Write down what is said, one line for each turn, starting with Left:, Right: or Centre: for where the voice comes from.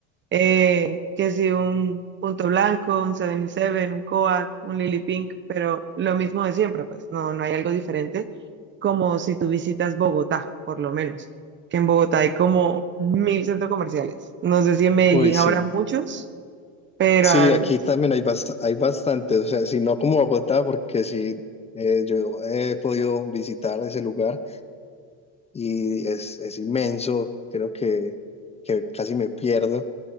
Right: eh, que si un Punto Blanco, un 77, un Coat, un Lily Pink, pero lo mismo de siempre, pues no, no hay algo diferente, como si tú visitas Bogotá, por lo menos, que en Bogotá hay como mil centros comerciales. No sé si en Medellín
Left: Uy, sí.
Right: habrá muchos, pero...
Left: Sí,
Right: ay,
Left: aquí también hay, bast- hay bastante, o sea, si no como Bogotá, porque sí, eh, yo he podido visitar ese lugar y es, es inmenso, creo que, que casi me pierdo.